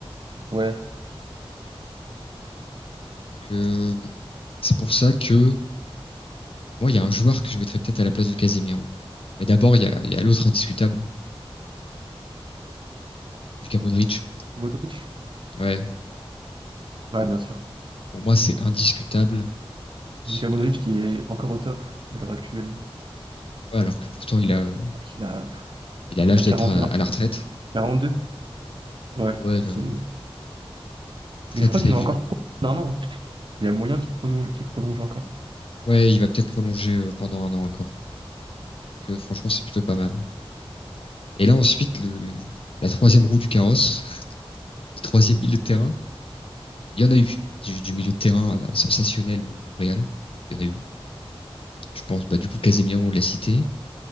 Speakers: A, on the right; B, on the left.
A: bon. Ouais,
B: Donc, euh, c'est pour ça que Moi, il y a un joueur que je mettrais peut-être à la place de Casemiro. Mais d'abord, il y a, il y a l'autre indiscutable, Lucas Modric.
A: Modric.
B: Ouais,
A: Ouais, bien sûr.
B: pour moi, c'est indiscutable. C'est-
A: Lucas
B: ouais,
A: Modric qui est encore au top à l'heure actuelle.
B: alors que pourtant, il a,
A: Il a,
B: il a l'âge
A: il a
B: d'être
A: quarante
B: à, à la retraite.
A: deux Ouais,
B: Ouais, de-
A: c'est...
B: très
A: Et je crois
B: très
A: qu'il
B: vieux.
A: va encore prendre un an. Il y a moyen qu'il prolonge, qu'il prolonge encore.
B: Ouais, il va peut-être prolonger euh, pendant un an encore. Que franchement, c'est plutôt pas mal. Et là, ensuite, le, le- la troisième roue du carrosse, <laughs> le troisième milieu de terrain, il y en a eu. Du, du milieu de terrain euh, sensationnel au Real. Il y en a eu. Je pense, bah, du coup, Casemiro, on l'a cité.